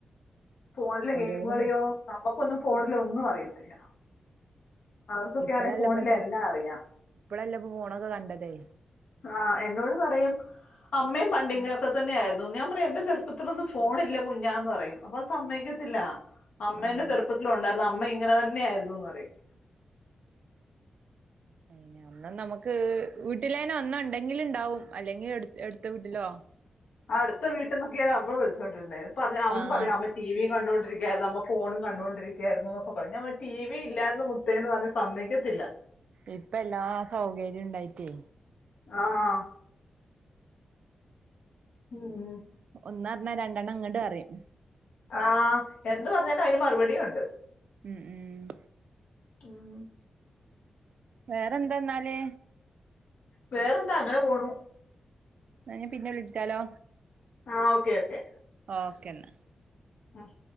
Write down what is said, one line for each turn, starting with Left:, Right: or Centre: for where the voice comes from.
Left: ഫോണിലെ ഗെയിമുകളിയോ
Right: ഓരോന്നും
Left: നമുക്കൊന്നും ഫോണിലെ ഒന്നും അറിയത്തില്ല അവർക്കൊക്കെ
Right: ഇപ്പഴല്ല
Left: ആണെങ്കിൽ ഫോണിൽ
Right: നമ്മള്
Left: എല്ലാം അറിയാം
Right: ഇപ്പഴല്ല പോണത് കണ്ടതേ
Left: ആഹ് എന്നോട് പറയും അമ്മയും പണ്ട് ഇങ്ങനൊക്കെ തന്നെ ആയിരുന്നു ഞാൻ പറയും എന്റെ ചെറുപ്പത്തിലൊന്നും ഫോണില്ല കുഞ്ഞാന്ന് പറയും അപ്പൊ സമ്മതിക്കത്തില്ല അമ്മേന്റെ
Right: ആഹ്
Left: ചെറുപ്പത്തിലുണ്ടായിരുന്നു അമ്മ ഇങ്ങനെ തന്നെ ആയിരുന്നുന്ന് പറയും
Right: അന്ന് നമുക്ക് വീട്ടിലേന് ഒന്ന് ഉണ്ടെങ്കിൽ ഇണ്ടാവും അല്ലെങ്കിൽ എടുത്ത വീട്ടിലോ
Left: അടുത്ത വീട്ടിന്നൊക്കെയാ നമ്മള് വിളിച്ചോണ്ടിരുന് പറയാ അവനും
Right: ആഹ്
Left: പറയും അമ്മ ടിവിയും കണ്ടോണ്ട് ഇരിക്കുവാരുന്നു അമ്മ ഫോണും കണ്ടൊണ്ടിരിക്കായിരുന്നുന്ന് <unintelligible> ടിവി ഇൽ ല്ലാരുന്നു മുത്തേന്ന് പറഞ്ഞ സമ്മതിക്കത്തില്ല
Right: ഇപ്പ എല്ലാ സൗകര്യം ഉണ്ടായിട്ടേ
Left: ആഹ് ഉം.
Right: ഒന്നാ രണ്ടെണ്ണം ഇങ്ങോട്ട് പറയും
Left: ആഹ് എന്ത് പറഞ്ഞാലും അതിന് മറുപടിയും ഉണ്ട്
Right: ഉം ഉം
Left: <inaudible>
Right: വേറെന്താ എന്നാല്
Left: വേറെന്താ അങ്ങനെ പോണു
Right: എന്ന ഞാൻ പിന്നെ വിളിച്ചാലോ
Left: ആഹ് ഓക്കെ ഓക്കെ
Right: ഓക്കെ എന്നാ
Left: ആഹ്